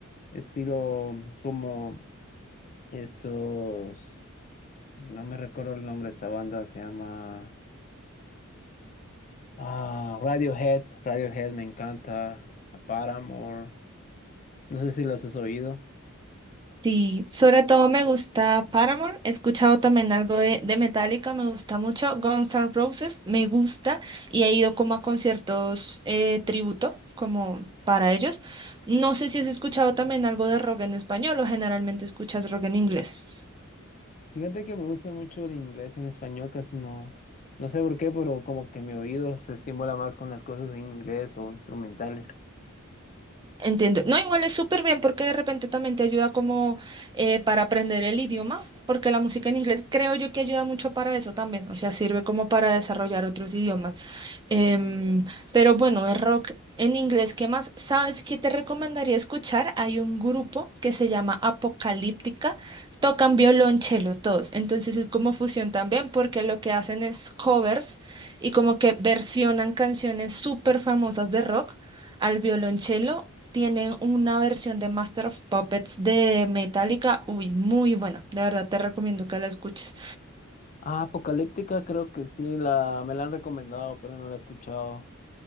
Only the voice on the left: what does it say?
estilo como estos, no me recuerdo el nombre de esta banda, se llama... Ah, Radiohead, Radiohead me encanta, a Paramore, no sé si los has oído.
Fíjate que me gusta mucho el inglés en español, casi no, no sé por qué, pero como que mi oído se estimula más con las cosas en inglés o instrumentales.
Ah, Apocalíptica creo que sí, la, me la han recomendado, pero no la he escuchado.